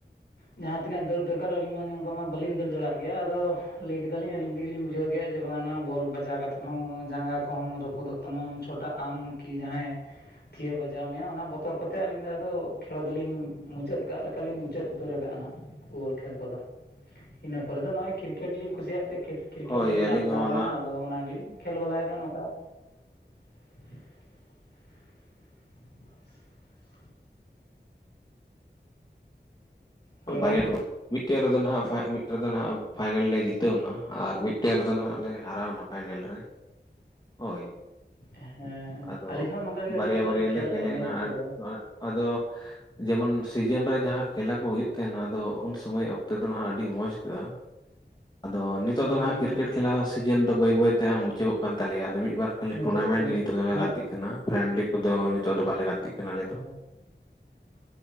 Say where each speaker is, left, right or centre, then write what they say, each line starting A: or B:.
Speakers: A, on the left; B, on the left.
A: ᱡᱟᱦᱟᱸ ᱛᱤᱱᱟᱹᱜ ᱫᱟᱹᱲ ᱫᱚᱨᱠᱟᱨ ᱟᱹᱞᱤᱧ ᱢᱟ ᱱᱚᱝᱠᱟ ᱢᱟ ᱵᱟᱹᱞᱤᱧ ᱫᱟᱹᱲ ᱫᱟᱲᱮᱭᱟᱜ ᱜᱮᱭᱟ ᱟᱫᱚ ᱞᱟᱹᱭ ᱠᱮᱫᱟ ᱞᱤᱧ ᱟᱹᱞᱤᱧ ᱛᱮᱜᱮ ᱞᱤᱧ ᱵᱩᱡᱷᱟᱹᱣ ᱜᱮᱭᱟ᱾ ᱪᱮ ᱵᱟᱝᱟᱱᱟ ᱵᱚᱞ ᱵᱟᱡᱟᱣ ᱠᱟᱛᱮᱫ ᱦᱚᱸ ᱡᱟᱸᱜᱟ ᱠᱚ ᱦᱚᱸᱢ ᱨᱟᱹᱯᱩᱫᱚᱜ ᱛᱟᱢᱟ ᱪᱷᱚᱴᱟ ᱟᱢ ᱠᱤ ᱡᱟᱦᱟᱸᱭ ᱛᱷᱤᱭᱟᱹ ᱵᱟᱡᱟᱣ ᱢᱮᱭᱟ ᱚᱱᱟ ᱵᱚᱛᱚᱨ ᱠᱚᱛᱮ ᱟᱹᱞᱤᱧ ᱫᱚ ᱟᱫᱚ ᱠᱷᱮᱞᱟ ᱫᱩᱞᱤᱧ ᱢᱩᱪᱟᱹᱫ ᱟᱠᱟᱫ ᱞᱮᱠᱟ ᱞᱤᱧ ᱢᱩᱪᱟᱹᱫ ᱩᱛᱟᱹᱨ ᱠᱟᱜᱼᱟ ᱱᱟᱦᱟᱜ ᱵᱚᱞ ᱠᱷᱮᱞ ᱠᱚ ᱫᱚ ᱤᱱᱟᱹ ᱯᱚᱨᱮ ᱫᱚ ᱱᱚᱜᱼᱚᱭ ᱠᱨᱤᱠᱮᱴᱞᱤᱧ ᱠᱩᱥᱤᱭᱟ ᱛᱮ ᱠᱨᱤᱠᱮᱴ
B: ᱦᱳᱭ
A: ᱜᱤᱞᱤᱧ
B: ᱟᱹᱞᱤᱧ
A: ᱟᱯᱱᱟᱨᱟᱱᱟ
B: ᱦᱚᱸ ᱚᱱᱟ
A: ᱟᱫᱚ ᱚᱱᱟ ᱜᱤᱞᱤᱧ ᱠᱷᱮᱞ ᱵᱟᱲᱟᱭᱮᱫᱟ ᱱᱚᱝᱠᱟ ᱾ <unintelligible> ᱦᱮᱞᱳ
B: ᱵᱟᱨᱭᱟ ᱴᱚᱱᱟ, ᱢᱤᱫᱴᱮᱱ ᱨᱮ ᱫᱚ ᱱᱟᱦᱟᱜ ᱢᱤᱫᱴᱮᱱ ᱨᱮ ᱫᱚ ᱱᱟᱦᱟᱜ ᱯᱷᱟᱭᱱᱮᱞ ᱞᱮ ᱡᱤᱛᱟᱹᱣ ᱮᱱᱟ ᱟᱨ ᱢᱤᱫᱴᱮᱱ ᱨᱮ ᱫᱚ ᱱᱟᱦᱟᱜ ᱞᱮ ᱦᱟᱨᱟᱣᱱᱟ ᱯᱷᱟᱭᱱᱮᱞ ᱨᱮ
A: <unintelligible>
B: ᱾ ᱦᱳᱭ,
A: ᱦᱮᱸ
B: ᱟᱫᱚ
A: ᱟᱹᱞᱤᱧ ᱦᱚᱸ ᱱᱚᱝᱠᱟ ᱜᱮ
B: ᱵᱟᱨᱭᱟ
A: ᱟᱹᱰᱤ ᱟᱢᱫᱟ
B: ᱵᱟᱨᱭᱟ
A: ᱞᱤᱧ ᱠᱷᱮᱞ
B: ᱞᱮ ᱠᱷᱮᱞᱮᱱᱟ
A: ᱟᱠᱟᱫᱼᱟ ᱢᱮᱪ ᱠᱚᱫᱚ
B: ᱟᱨ ᱟᱫᱚ ᱡᱮᱢᱚᱱ ᱥᱤᱡᱮᱱ ᱨᱮ ᱡᱟᱦᱟᱸ ᱠᱷᱮᱞᱟ ᱠᱚ ᱦᱩᱭᱩᱜ ᱛᱮᱱᱟᱫᱚ ᱩᱱ ᱥᱩᱢᱟᱹᱭ ᱚᱠᱛᱮ ᱫᱚ ᱱᱟᱦᱟᱜ ᱟᱹᱰᱤ ᱢᱚᱡᱽ ᱦᱳᱭᱳᱜᱼᱟ ᱾ ᱟᱫᱚ ᱱᱤᱛᱳᱜ
A: ᱦᱩᱸ
B: ᱫᱚ ᱱᱟᱦᱟᱸᱜ ᱠᱨᱤᱠᱮᱴ ᱠᱷᱮᱞᱟ ᱥᱤᱡᱤᱱ ᱫᱚ ᱵᱟᱹᱭ ᱵᱟᱹᱭᱛᱮ ᱦᱟᱸᱜ ᱢᱩᱪᱟᱹᱫᱚᱜ ᱠᱟᱱ ᱛᱟᱞᱮᱭᱟ ᱟᱫᱚ ᱢᱤᱫ ᱵᱟᱨ ᱠᱷᱟᱹᱞᱤ
A: ᱢᱩᱪᱟᱹᱫ
B: ᱴᱩᱨᱱᱟᱢᱮᱱᱴ
A: ᱢᱩᱪᱟᱹᱫ
B: ᱜᱮ ᱱᱤᱛᱳᱜ ᱫᱚᱞᱮ
A: ᱦᱚᱸ
B: ᱜᱟᱛᱮᱜ ᱠᱟᱱᱟ ᱯᱷᱨᱮᱱᱰᱞᱤ ᱠᱚᱫᱚ ᱱᱤᱛᱳᱜ ᱫᱚ ᱵᱟᱞᱮ ᱜᱟᱛᱮᱜ ᱠᱟᱱᱟ ᱟᱞᱮ ᱫᱚ
A: <unintelligible>